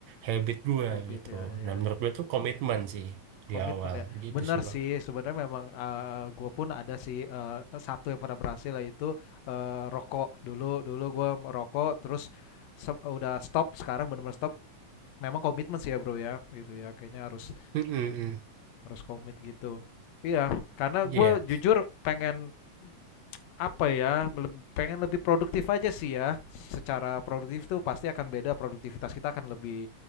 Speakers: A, on the right (about 70°); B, on the left (about 65°).
A: habit gue
B: habit
A: gitu
B: ya ya
A: nah menurut
B: ya,
A: gue tuh komitmen sih
B: komitmen
A: di awal
B: ya.
A: gitu
B: Bener
A: sih
B: sih
A: bang
B: sebenarnya memang, eee, gua pun ada sih, eee, e satu yang pernah berhasil yaitu, eee, rokok. Dulu dulu gua merokok terus sep udah stop sekarang benar-benar stop memang komitmen sih ya bro ya gitu ya kayaknya harus
A: Mm-mm-mm.
B: harus komit gitu iya karena
A: Iya.
B: gue jujur pengen apa ya leb- pengen lebih produktif aja sih ya secara produktif tuh pasti akan beda produktivitas kita akan lebih